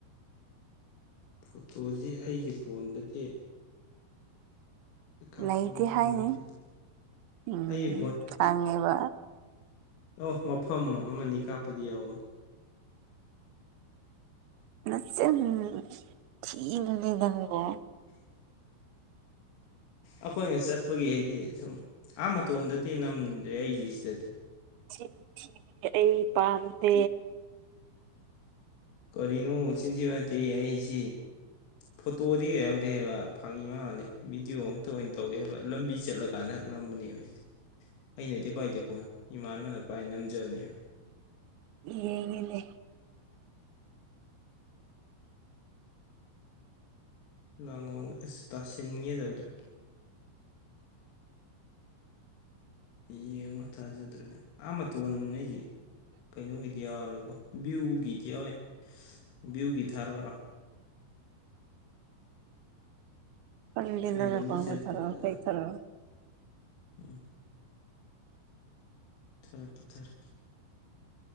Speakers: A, on the left; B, on the right.
A: ꯐꯣꯇꯣꯖꯤ ꯑꯩꯒꯤ ꯐꯣꯟꯗꯗꯤ ꯀꯥꯞꯄꯝꯗꯧ
B: ꯂꯩꯇꯦ ꯍꯥꯏꯅꯤ
A: ꯃꯥꯟꯗꯦ
B: ꯎꯝ
A: ꯑꯩꯒꯤ
B: ꯈꯥꯡꯉꯦꯕ
A: ꯑꯣ ꯃꯐꯝ ꯑꯃꯅꯤ ꯀꯥꯞꯄꯗꯤ ꯌꯥꯎꯕꯅꯤ
B: ꯃꯆꯤꯟ ꯊꯤꯅꯨꯅꯦ ꯅꯪꯕꯣ
A: ꯑꯈꯣꯏꯅ ꯆꯠꯄꯒꯤ ꯍꯥꯏꯗꯤ ꯁꯨꯝ ꯑꯥ ꯃ ꯇꯣꯟꯗꯗꯤ ꯅꯝꯗ꯭ꯔꯦ ꯑꯩꯒꯤꯁꯤꯗꯗꯤ
B: ꯆꯤꯟꯊꯤꯕꯗꯤ ꯑꯩ ꯄꯥꯝꯗꯦ
A: ꯀꯔꯤꯅꯣ ꯆꯤꯟꯊꯤꯕ ꯇꯠꯇꯦ ꯑꯩꯍꯥꯏꯁꯤ ꯐꯣꯇꯣꯗꯤ ꯀꯌꯥ ꯌꯥꯎꯗꯦ ꯍꯥꯏꯕ ꯐꯥꯒꯤ ꯃꯥꯟ ꯃꯥꯜꯂꯦ ꯚꯤꯗꯤꯌꯣ ꯉꯛꯇ ꯑꯣꯏꯟ ꯇꯧꯋꯦ ꯍꯥꯏꯕ ꯂꯝꯕꯤ ꯆꯠꯂ ꯀꯥꯟꯗ ꯍꯛ ꯅꯝꯕꯅꯦꯕ ꯁꯤꯗꯤ ꯑꯩꯅꯗꯤ ꯄꯥꯏꯗꯦ ꯐꯣꯟ ꯏꯃꯥꯟꯅꯕꯅ ꯄꯥꯏ ꯅꯝꯖꯕꯅꯦꯕ
B: ꯌꯦꯡꯉꯒꯦꯅꯦ
A: ꯂꯥꯡꯉꯧ ꯑꯁ ꯇꯥꯁꯤꯟꯒꯦ ꯇꯧꯗ꯭ꯔꯥ ꯌꯦꯡꯉꯣ ꯊꯥꯖꯗ꯭ꯔꯒ ꯑꯥ ꯃꯇꯣꯟꯅꯦ ꯀꯩꯅꯣꯒꯤꯗꯤ ꯌꯥꯎꯔꯣꯏ ꯕꯣ ꯚ꯭ꯌꯨꯒꯤꯗꯤ ꯌꯥꯎꯋꯦ ꯚ꯭ꯌꯨꯒꯤ ꯊꯥꯔꯛꯑꯣꯔꯣ
B: ꯈꯪꯗꯦ
A: ꯑꯩꯈꯣꯏ
B: ꯅꯪꯅ
A: ꯂꯝꯕꯤ
B: ꯄꯥꯝꯕ
A: ꯆꯠꯄꯗ
B: ꯊꯔꯛꯑꯣ ꯍꯣꯏ ꯊꯔꯛꯑꯣ
A: ꯎꯝ ꯊꯥꯔꯛꯀꯦ ꯊꯥꯔꯛꯀꯦ